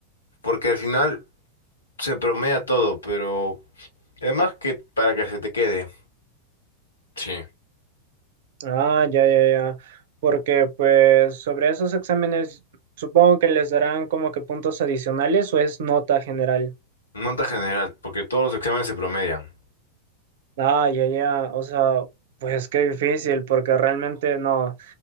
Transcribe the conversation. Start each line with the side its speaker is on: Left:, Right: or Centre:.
Left: porque al final se promedia todo, pero además que para que se te quede. Sí.
Right: Ah, ya, ya, ya. Porque, pues, sobre esos exámenes, supongo que les darán como que puntos adicionales o es nota general.
Left: Nota general, porque todos los exámenes se promedian.
Right: Ah, ya, ya. O sea, pues qué difícil, porque realmente no.